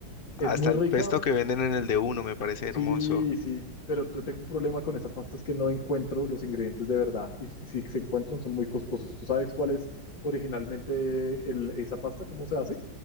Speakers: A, on the left (about 75°); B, on the left (about 45°).
A: Es
B: Hasta
A: muy
B: el
A: rica,
B: pesto que venden en el de uno me parece
A: sí,
B: hermoso.
A: sí, pero yo tengo un problema con esa pasta, es que no encuentro los ingredientes de verdad y, s- y si se encuentran son muy costosos. ¿Tú sabes cuál es originalmente el- esa pasta? ¿Cómo se hace?